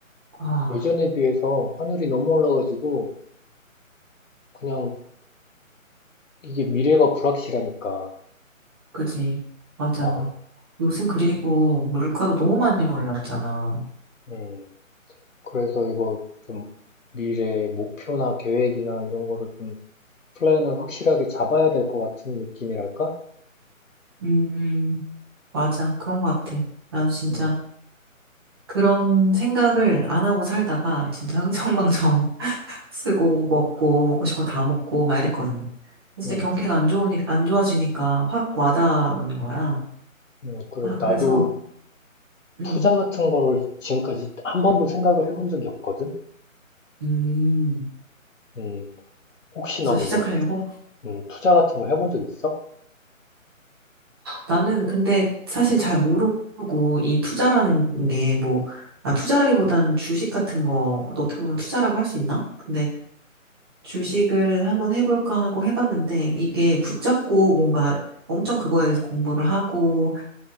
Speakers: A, on the right; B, on the left.
A: 아,
B: 예전에 비해서 환율이 너무 올라가지고, 그냥 이게 미래가 불확실하니까.
A: 그지. 맞아.
B: 어,
A: 요즘 그리고 물가도 너무 많이 올랐잖아.
B: 음. 그래서 이거 좀 미래 목표나 계획이나 이런 거를 좀 플랜을 확실하게 잡아야 될 것 같은 느낌이랄까?
A: 음, 맞아. 그런 것 같아. 나도 진짜
B: 음,
A: 그런 생각을 안 하고 살다가 진짜 흥청망청 <laughs> 쓰고 먹고 먹고 싶은 거 다 먹고 막 이랬거든. 근데 진짜
B: 음,
A: 경기가 안 좋으니까 안 좋아지니까 확 와닿은 거야.
B: 음, 그래.
A: 아,
B: 나도
A: 그래서 음,
B: 투자 같은 거를 지금까지 한 번도 생각을 해본 적이 없거든?
A: 음.
B: 음, 혹시
A: 그래서
B: 너는
A: 시작하려고.
B: 뭐, 음, 투자 같은 거 해본 적 있어?
A: 나는 근데 사실 잘 모르고 이 투자라는 게 뭐, 아, 투자라기보다는 주식 같은 거도 어떻게 보면 투자라고 할 수 있나? 근데 주식을 한번 해볼까 하고 해봤는데 이게 붙잡고 뭔가 엄청 그거에 대해서 공부를 하고